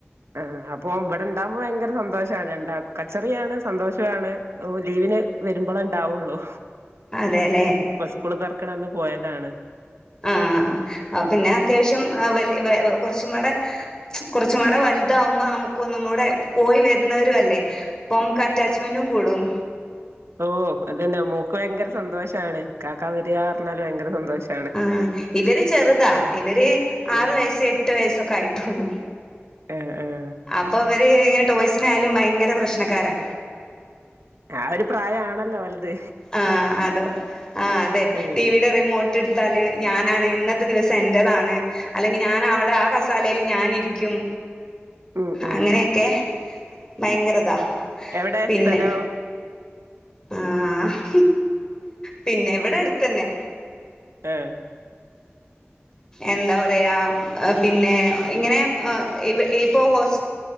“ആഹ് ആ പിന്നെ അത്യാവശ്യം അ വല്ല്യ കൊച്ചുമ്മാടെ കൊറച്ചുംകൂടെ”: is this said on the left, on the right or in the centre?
Left